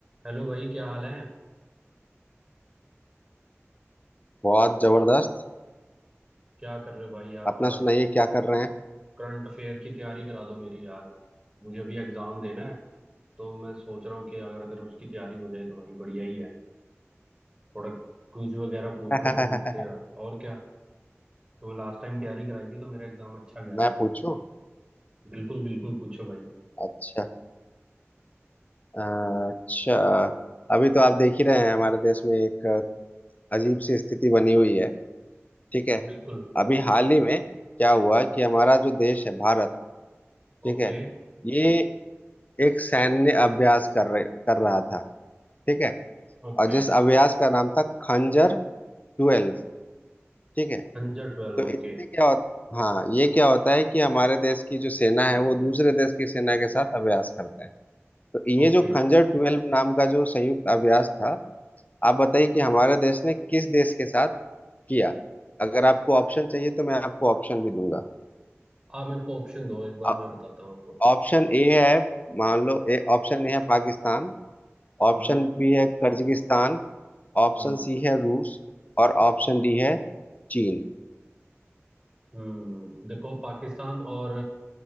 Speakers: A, on the right; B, on the left.
A: हेलो भाई क्या हाल है
B: बहुत जबरदस्त
A: क्या कर रहे हो भाई यार
B: अपना
A: थोड़ा
B: सुनाइए क्या कर रहे
A: करंट अफेयर की तैयारी करा दो मेरी यार मुझे अभी एग्जाम देना है तो मैं सोच रहा हूँ कि अगर अगर उसकी तैयारी हो जाए तो भाई बढ़िया ही है थोड़ा क्विज वगैरह पूछ
B: हैं
A: लो तुम मुझसे यार और क्या तो लास्ट टाइम तैयारी कराई थी तो मेरा एग्जाम
B: <laughs>
A: अच्छा गया था
B: मैं
A: भाई
B: पूछूं
A: बिल्कुल बिल्कुल पूछो भाई
B: अच्छा अच्छा अभी तो आप देख ही रहे हैं हमारे देश में एक अजीब सी स्थिति बनी हुई है ठीक है
A: बिल्कुल
B: अभी हाल ही में क्या हुआ कि हमारा जो देश है भारत ठीक
A: Okay
B: है ये एक सैन्य अभ्यास कर रहे कर रहा था ठीक है
A: Okay
B: और जिस अभ्यास का नाम था खंजर ट्वेल्व ठीक है
A: Anjar ट्वेल्व
B: तो
A: okay
B: इसमें क्या होता हाँ ये क्या होता है कि हमारे देश की जो सेना है वो दूसरे देश की सेना के साथ अभ्यास करते हैं तो ये
A: Okay
B: जो खंजर ट्वेल्व नाम का जो संयुक्त अभ्यास था आप बताइए कि हमारे देश ने किस देश के साथ किया अगर आपको ऑप्शन चाहिए तो मैं आपको ऑप्शन भी दूंगा
A: आप मेरे को ऑप्शन दो एक बार
B: अ-
A: मैं बताता हूँ आपको
B: ऑप्शन ए है मान लो ए ऑप्शन ए है पाकिस्तान ऑप्शन
A: हम्म
B: बी है कर्जिगिस्तान ऑप्शन
A: हम्म
B: सी है रूस और ऑप्शन डी है चीन
A: हम्म देखो पाकिस्तान और